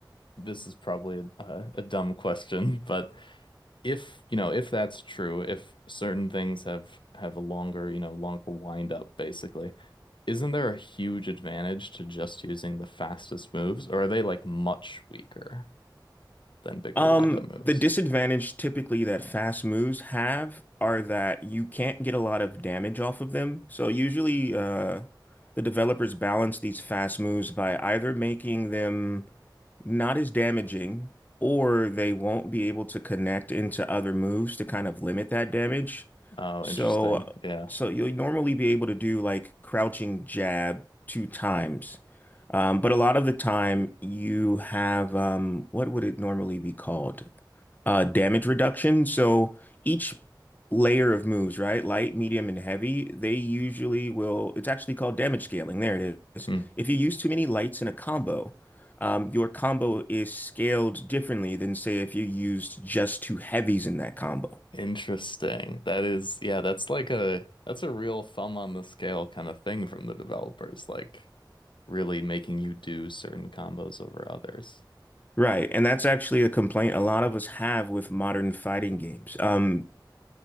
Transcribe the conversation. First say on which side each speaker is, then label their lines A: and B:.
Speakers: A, on the left; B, on the left.
A: this is probably a, a, dumb question, <laughs> but if, you know, if that's true, if certain things have have a longer, you know, longer wind up basically, isn't there a huge advantage to just using the fastest moves, or are they like much weaker than bigger
B: Um,
A: wind up moves?
B: the disadvantage typically that fast moves have are that you can't get a lot of damage off of them. So usually, uh, the developers balance these fast moves by either making them not as damaging, or they won't be able to connect into other moves to kind of limit that damage.
A: Oh,
B: So,
A: interesting. Yeah.
B: so you'll normally be able to do like crouching jab two times. Um, but a lot of the time you have, um, what would it normally be called? Uh, damage reduction. So each layer of moves, right? Light, medium, and heavy, they usually will, it's actually called damage scaling. There it is.
A: Hmm.
B: If you use too many lights in a combo, um, your combo is scaled differently than say if you used just two heavies in that combo.
A: Interesting. That is, yeah, that's like a that's a real thumb on the scale kind of thing from the developers, like really making you do certain combos over others.
B: Right, and that's actually a complaint a lot of us have with modern fighting games. Um,